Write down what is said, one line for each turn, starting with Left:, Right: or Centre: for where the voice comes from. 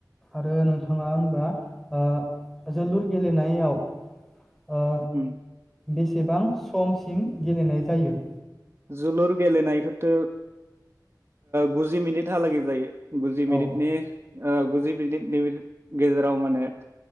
Centre: आरो नोंथाङा होनबा ओ जोलुर गेलेनायाव ओ
Right: उम
Centre: बेसेबां समसिम गेलेनाय जायो?
Right: जोलुर गेलेनायखौथ' गुजि ओ मिनिटहालागै जायो। गुजि मिनिटनि
Centre: औ
Right: ओ गुजि मिनिटनि बेबायदि गेजेराव माने